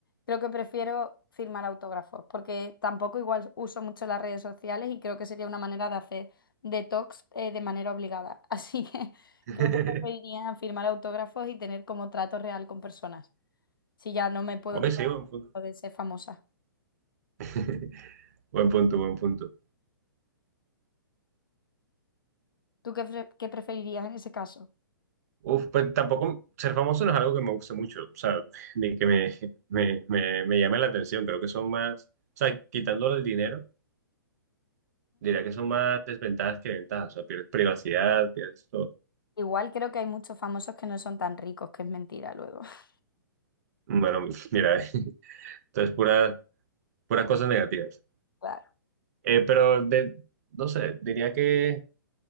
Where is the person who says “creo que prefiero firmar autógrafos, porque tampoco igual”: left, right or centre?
Left